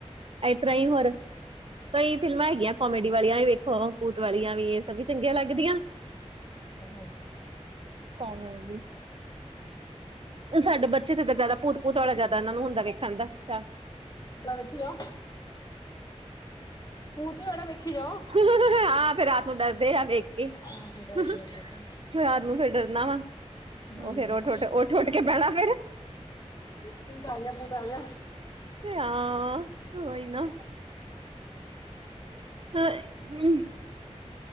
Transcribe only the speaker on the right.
ਇਸ ਤਰ੍ਹਾਂ ਹੀ ਹੋਰ। ਕਈ ਫਿਲਮਾਂ ਹੈਗੀਆਂ ਕੋਮੇਡੀ ਵਾਲੀਆਂ ਵੀ ਵੇਖੋ ਭੂਤ ਵਾਲੀਆਂ ਵੀ ਇਹ ਸਭ ਵੀ ਚੰਗੀਆਂ ਲੱਗਦੀਆਂ।
ਕਾਮੇਡੀ ਸਾਡੇ ਬੱਚੇ ਤੇਦ ਜਿਆਦਾ ਭੂਤ ਭੂਤ ਵਾਲਾ ਜ਼ਿਆਦਾ ਇਹਨਾਂ ਨੂੰ ਹੁੰਦਾ ਵੇਖਣ ਦਾ। ਅੱਛਾ
ਫ ਹਾਂ ਫਿਰ ਰਾਤ ਨੂੰ ਡਰਦੇ ਆ ਵੇਖ ਕੇ
ਫ
ਰਾਤ ਨੂੰ ਫੇਿਰ ਡਰਨਾ ਵਾ। ਉਹ
ਫੇਰ ਉਹਠ ਉਠ ਉਠ ਉੱਠ ਕੇ ਬੈਣਾ ਫਿਰ।
ਹਾਂ ਉ ਇ ਨਾ। <unintelligible>